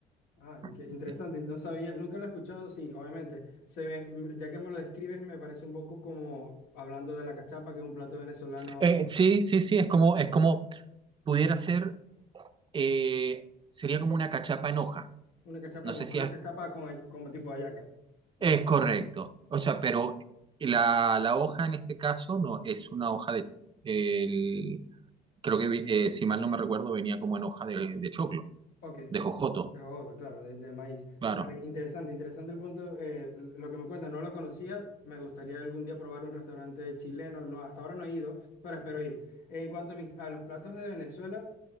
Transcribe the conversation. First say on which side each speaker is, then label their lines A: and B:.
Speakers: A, on the left (about 80°); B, on the right (about 30°).
A: Ah, in- qué
B: ¿ok?
A: interesante, no sabía, nunca lo he escuchado, sí, obviamente. Se me- m- ya que me lo describes, me parece un poco como hablando de la cachapa, que es un plato venezolano,
B: Eh, sí, sí, sí, es como, es como pudiera ser, eh, sería como una cachapa en hoja.
A: una cachapa
B: No
A: en
B: sé
A: hoja,
B: si
A: una
B: has
A: cachapa con, el- como tipo hallaca o
B: Es
A: tamal.
B: correcto. O sea, pero la, la hoja en este caso no es una hoja de... el- creo que, vi- eh, si mal no me recuerdo, venía como en hoja de, de choclo,
A: Ok, de
B: de jojoto,
A: Bogotá, claro, de, de maíz.
B: claro.
A: Vale, interesante, interesante el punto, eh, lo que me cuentas, no lo conocía, me gustaría algún día probar un restaurante chileno, no, hasta ahora no he ido, pero espero ir. En cuanto a, mis- a los platos de Venezuela,